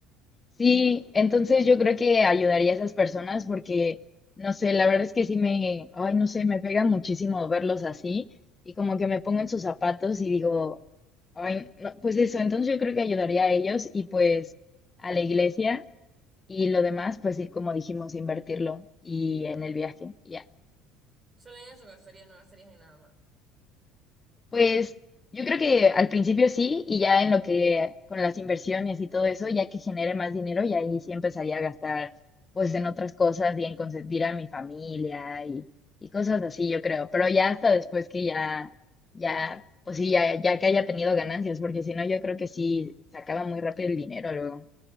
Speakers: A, on the left; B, on the right.
A: Sí, entonces yo creo que ayudaría a esas personas porque, no sé, la verdad es que sí me, ay, no sé, me pega muchísimo verlos así y como que me pongo en sus zapatos y digo, ay, no, pues eso, entonces yo creo que ayudaría a ellos y pues a la iglesia y lo demás, pues sí, como dijimos, invertirlo y en el viaje. ya.
B: Solo en eso gastarías, no gastarías en nada más.
A: Pues yo creo que al principio sí, y ya en lo que con las inversiones y todo eso, ya que genere más dinero, y ahí sí empezaría a gastar pues en otras cosas y en consentir a mi familia y, y cosas así, yo creo. Pero ya hasta después que ya, ya, pues sí, ya, ya que haya tenido ganancias, porque si no, yo creo que sí se acaba muy rápido el dinero luego.